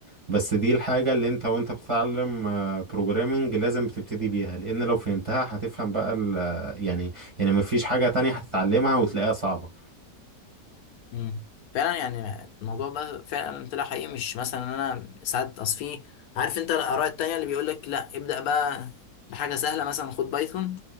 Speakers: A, on the right (about 25°); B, on the left (about 70°).
A: بس دي الحاجة اللي انت وانت بتتعلم بروجرامنج لازم بتبتدي بيها لان لو فهمتها هتفهم بقى ال- آه، يعني يعني مفيش حاجة تانية هتتعلمها وتلاقيها صعبة
B: مم. فعلا يعني الموضوع ده فعلا طلع حقيقي مش مثلا انا ساعات اصفيه عارف انت الاراء التانية اللي بيقول لك لا ابدأ بقى بحاجة سهلة مثلا خد بايثون